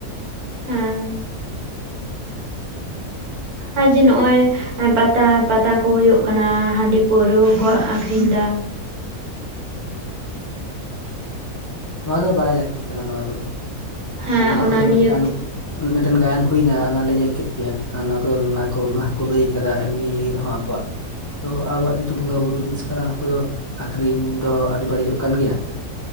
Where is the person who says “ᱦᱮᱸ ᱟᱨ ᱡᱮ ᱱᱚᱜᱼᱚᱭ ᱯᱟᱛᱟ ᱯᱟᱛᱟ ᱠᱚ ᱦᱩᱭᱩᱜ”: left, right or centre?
Right